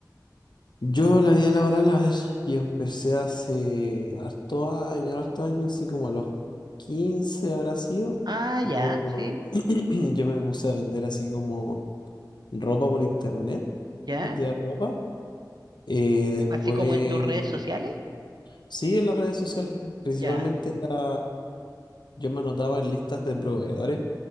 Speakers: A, on the left; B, on the right.
A: Yo la vida laboral, a ver, yo empecé hace harto año, harto año, así como a los 15 habrá sido.
B: Ah,
A: Yo,
B: ya, sí.
A: <clears throat> yo me puse a vender así como ropa por internet,
B: ¿Ya?
A: vendía ropa. Eh, después
B: Así como en tus redes sociales.
A: Sí, en las redes sociales. Principalmente
B: Ya.
A: era, yo me anotaba en listas de proveedores